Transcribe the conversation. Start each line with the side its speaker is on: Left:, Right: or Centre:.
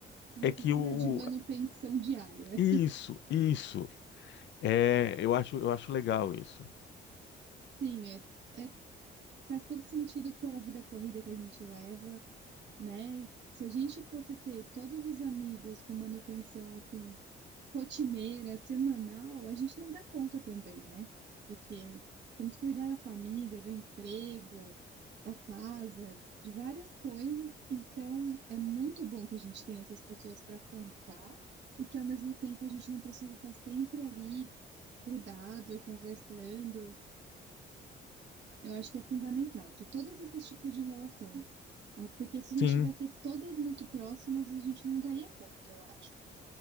Right: Não
Left: É
Right: precisa
Left: que o.
Right: de manutenção diária.
Left: Isso, isso. É, eu acho, eu acho legal isso.
Right: Sim, é, é- faz todo sentido pela vida corrida que a gente leva né? Se a gente fosse ter todos os amigos com manutenção assim, rotineira, semanal, a gente não dá conta também, né? Porque temos que cuidar da família, do emprego, da casa, de várias coisas. Então, é muito bom que a gente tenha essas pessoas para contar e que ao mesmo tempo a gente não precisa estar sempre ali grudado e conversando eu acho que é fundamental ter todos esses tipos de relações. Ah, Porque se a gente
Left: Sim,
Right: tivesse todas muito próximas, a gente não daria conta, eu acho.